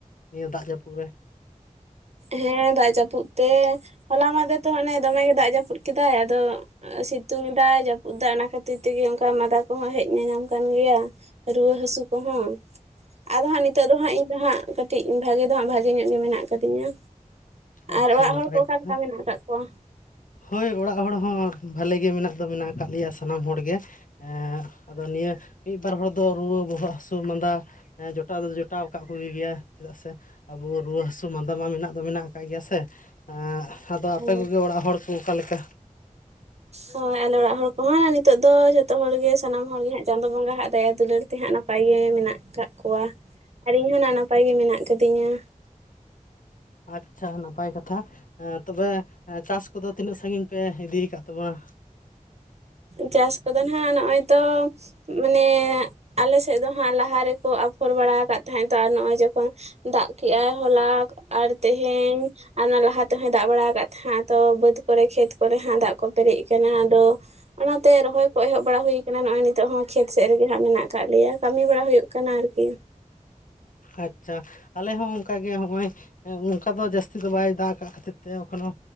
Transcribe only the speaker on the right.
ᱦᱮᱸ ᱫᱟᱜ ᱡᱟᱹᱯᱩᱫ ᱛᱮ, ᱦᱚᱞᱟ ᱢᱟᱫᱷᱮᱨ ᱛᱚ ᱚᱱᱮ ᱫᱚᱢᱮ ᱜᱮ ᱫᱟᱜ ᱡᱟᱹᱯᱩᱫ ᱠᱮᱫᱟᱭ ᱟᱫᱚ᱾ ᱥᱤᱛᱩᱝ ᱫᱟᱭ, ᱡᱟᱹᱯᱩᱫ ᱫᱟ ᱚᱱᱟ ᱠᱷᱟᱹᱛᱤᱨ ᱛᱮᱜᱮ ᱚᱱᱠᱟ ᱢᱟᱫᱟ ᱠᱚᱦᱚᱸ ᱦᱮᱡ ᱧᱟᱧᱟᱢ ᱠᱟᱱ ᱜᱮᱭᱟ᱾ ᱨᱩᱣᱟᱹ ᱦᱟᱹᱥᱩ ᱠᱚᱦᱚᱸ᱾ ᱟᱫᱚ ᱦᱟᱸᱜ ᱱᱤᱛᱚᱜ ᱫᱚ ᱦᱟᱸᱜ ᱤᱧ ᱫᱚ ᱦᱟᱸᱜ ᱠᱟᱹᱴᱤᱡ ᱵᱷᱟᱜᱮ ᱫᱚ ᱦᱟᱸᱜ, ᱵᱷᱟᱜᱮ ᱧᱚᱜ ᱜᱮ ᱢᱮᱱᱟᱜ ᱟᱠᱟᱫᱤᱧᱟ᱾
ᱟᱨ ᱚᱲᱟᱜ
ᱦᱚᱲ ᱠᱚ ᱚᱠᱟᱞᱮᱠᱟ
ᱢᱮᱱᱟᱜ ᱟᱠᱟᱫ ᱠᱚᱣᱟ?
ᱦᱳᱭ
ᱦᱳᱭ ᱟᱞᱮ ᱚᱲᱟᱜ ᱦᱚᱲ ᱠᱚᱦᱚᱸ ᱱᱤᱛᱳᱜ ᱫᱚ ᱡᱷᱚᱛᱚ ᱦᱚᱲᱜ ᱥᱟᱱᱟᱢ ᱦᱚᱲᱜ ᱜᱮ ᱦᱟᱸᱜ ᱪᱟᱸᱫᱳ ᱵᱚᱸᱜᱟ ᱦᱟᱜ ᱫᱟᱭᱟ ᱫᱩᱞᱟᱹᱲ ᱛᱮᱦᱟᱸᱜ ᱱᱟᱯᱟᱭ ᱜᱮ ᱢᱮᱱᱟᱜ ᱟᱠᱟᱜ ᱠᱚᱣᱟ, ᱟᱨ ᱤᱧ ᱦᱚᱸ ᱱᱟ ᱱᱟᱯᱟᱭ ᱜᱮ ᱢᱮᱱᱟᱜ ᱠᱟᱫᱤᱧᱟ᱾
ᱪᱟᱥ ᱠᱚᱫᱚ, ᱦᱟᱜ ᱱᱚᱜᱼᱚᱭ ᱛᱚ ᱢᱟᱱᱮ, ᱟᱞᱮ ᱥᱮᱫ ᱫᱚ ᱦᱟᱸᱜ ᱞᱟᱦᱟ ᱨᱮᱠᱚ ᱟᱯᱷᱚᱨ ᱵᱟᱲᱟ ᱟᱠᱟᱜ ᱛᱟᱦᱮᱸᱫ ᱛᱚ, ᱟᱨ ᱱᱚᱜᱼᱚᱭ ᱡᱚᱠᱷᱚᱱ ᱫᱟᱜ ᱠᱮᱜᱟᱭ ᱦᱚᱞᱟ ᱟᱨ ᱛᱮᱦᱮᱧ ᱟᱨ ᱚᱱᱟ ᱞᱟᱦᱟ ᱛᱮᱦᱚᱸᱭ ᱫᱟᱜ ᱵᱟᱲᱟ ᱟᱠᱟᱫ ᱛᱟᱦᱮᱸᱱᱟ ᱛᱚ, ᱵᱟᱹᱫ ᱠᱚᱨᱮ, ᱠᱷᱮᱛ ᱠᱚᱨᱮ ᱦᱟᱜ ᱫᱟᱜ ᱠᱚ ᱯᱮᱨᱮᱡ ᱟᱠᱟᱱᱟ᱾ <unintelligible> ᱚᱱᱟᱛᱮ ᱨᱚᱦᱚᱭ ᱠᱚ ᱮᱦᱚᱵ ᱵᱟᱲᱟ ᱦᱩᱭ ᱟᱠᱟᱱᱟ, ᱱᱚᱜᱼᱚᱭ ᱱᱤᱛᱚᱜ ᱦᱚᱸ ᱠᱷᱮᱛ ᱥᱮᱫ ᱨᱮᱜᱮ ᱦᱜ ᱢᱮᱱᱟᱜ ᱟᱠᱟᱫ ᱞᱮᱭᱟ, ᱠᱟᱹᱢᱤ ᱵᱟᱲᱟ ᱦᱩᱭᱩᱜ ᱠᱟᱱᱟ ᱟᱨᱠᱤ᱾